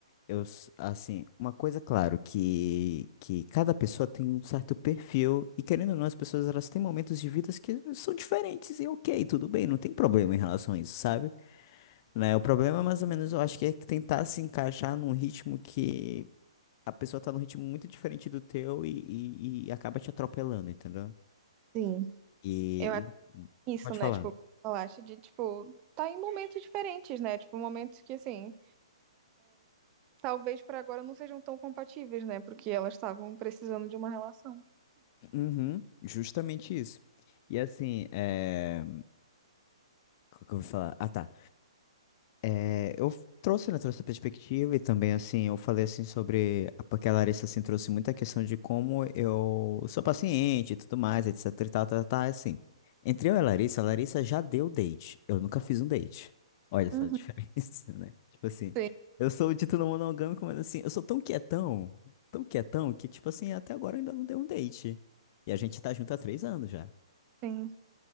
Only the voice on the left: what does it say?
eu, s- assim, uma coisa, claro, que, que cada pessoa tem um certo perfil, e querendo ou não, as pessoas, elas têm momentos de vidas que são diferentes, e ok, tudo bem, não tem problema em relação a isso, sabe? Né? O problema, mais ou menos, eu acho que é tentar se encaixar num ritmo que a pessoa tá num ritmo muito diferente do teu e, e, e acaba te atropelando, entendeu?
E,
e-
pode
falar.
Uhum, justamente isso. E assim, é... o que que eu vou falar? Ah, tá. É, eu f- trouxe, né, trouxe essa perspectiva e também, assim, eu falei, assim, sobre... a- Porque a Larissa, assim, trouxe muita questão de como eu sou paciente e tudo mais, etc e tal, tal, tal, assim. Entre eu e a Larissa, a Larissa já deu date. Eu nunca fiz um date. Olha só
a diferença, <laughs> né? Tipo assim,
eu sou o dito não monogâmico, mas assim, eu sou tão quietão, tão quietão, que, tipo assim, até agora eu ainda não dei um date. E a gente tá junto há três anos já